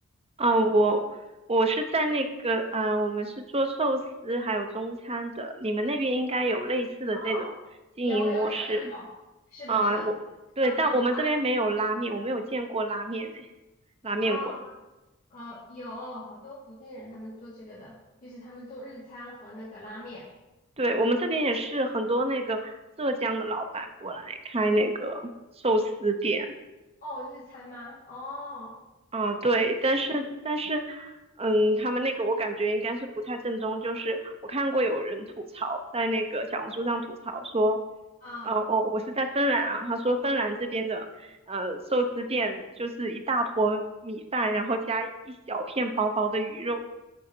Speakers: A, on the right; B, on the left.
A: 啊、我我是在那个呃，我们是做寿司还有中餐的，你们那边应该有类似的这种经营模式
B: 哦，有有有有有，是的，
A: 啊、
B: 是的，
A: 我对，
B: 餐嘛是吧？
A: 但我们这边没有拉面，我没有见过拉面呢，拉面馆。
B: 哦哦，有好多福建人他们做这个的，就是他们做日餐和那个拉面。
A: 对，我们这边也是很多那个浙江的老板过来开那个寿司店
B: 哦，日餐吗？哦，
A: 啊，对，但是但是，嗯，他们那个我感觉应该是不太正宗，就是我看过有人吐槽在那个小红书上吐槽说，
B: 啊，
A: 呃，我我是在芬兰啊，他说芬兰这边的呃寿司店就是一大坨米饭，然后加一小片薄薄的鱼肉